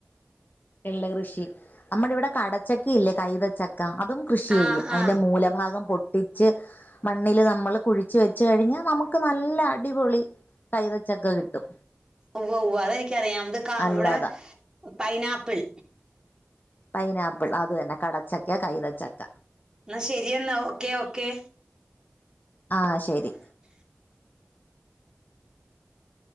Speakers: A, on the left; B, on the right.
A: എള്ള് കൃഷി നമ്മടെ ഇവിടെ കടച്ചക്ക ഇല്ലേ കൈതച്ചക്ക ക്ക അതും കൃഷി
B: ആ
A: ചെയ്യും
B: ആ
A: അതിന്റെ മൂലഭാഗം പൊ കട്ടിച്ച് മണ്ണില് നമ്മൾ കുഴിച്ച് വെച്ച് കഴിഞ്ഞാ നമുക്ക് നല്ല അടിപൊളി കൈതച്ചക്ക കിട്ടും
B: ഉവ്വ് ഉവ്വ് അതെനിക്ക് അറിയാ ഇത് ക
A: അല്ലതാ
B: ഇവ്ടെ പൈനാപ്പിൾ
A: പൈനാപ്പിൾ അത് തന്നെ കടച്ചക്ക കൈതച്ചക്ക
B: എന്ന ശെരിയെന്നാ ഓക്കേ ഒക്കെ
A: ആഹ് ശരി